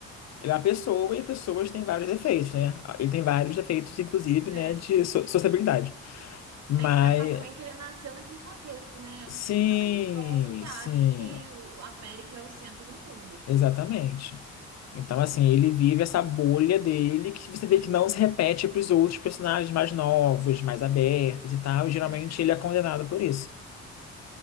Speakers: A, on the left; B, on the right.
A: Ele é uma pessoa e pessoas têm vários defeitos, né? Ele tem vários defeitos, inclusive,
B: é.
A: né, de so- sociabilidade. Mas,
B: Tem que pensar também que ele nasceu naquele contexto, né? É
A: sim,
B: um típico americano que acha
A: sim,
B: que o- a América é o centro do mundo.
A: exatamente. Então, assim, ele vive essa bolha dele que você vê que não se repete para os outros personagens mais novos, mais abertos e tal. E geralmente
B: É,
A: ele é condenado por isso.